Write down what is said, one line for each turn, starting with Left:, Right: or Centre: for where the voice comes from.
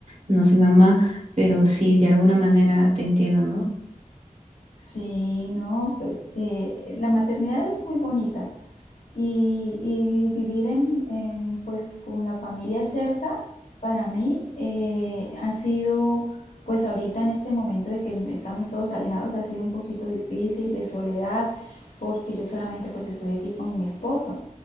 Right: no soy mamá, pero sí, de alguna manera te entiendo, ¿no?
Left: Sí, no, pues eh, la maternidad es muy bonita y, y vivir en, en, pues con la familia cerca para mí eh, ha sido pues ahorita en este momento de que estamos todos alejados ha sido un poquito difícil de soledad porque yo solamente pues estoy aquí con mi esposo